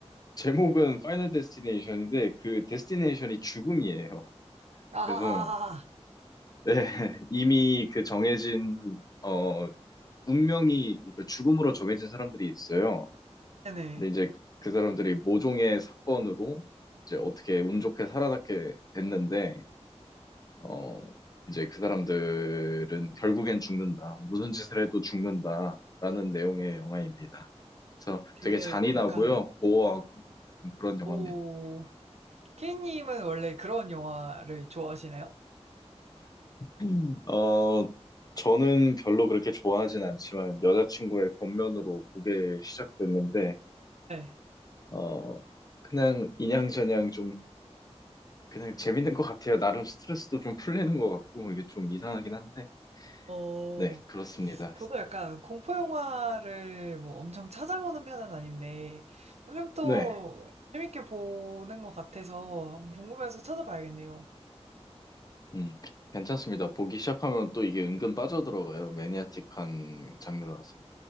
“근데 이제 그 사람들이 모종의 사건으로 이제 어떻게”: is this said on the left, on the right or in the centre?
Left